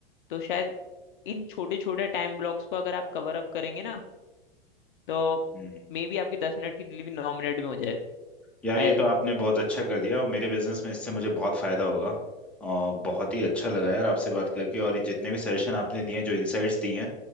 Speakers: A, on the left; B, in the centre.
A: तो शायद इन छोटे छोटे टाइम ब्लॉक्स को अगर आप कवर अप करेंगे ना तो
B: हम्म
A: मे बी आपकी दस मिनट की डिलीवरी नौ मिनट में हो जाए
B: यार ये
A: आई
B: तो आपने बहुत अच्छा कर दिया और मेरे बिजनेस में इससे मुझे बहुत फायदा होगा और बहुत ही अच्छा लगा यार आपसे बात करके और ये जितने भी सजेशन आपने दिए हैं जो इनसाइट्स दिए हैं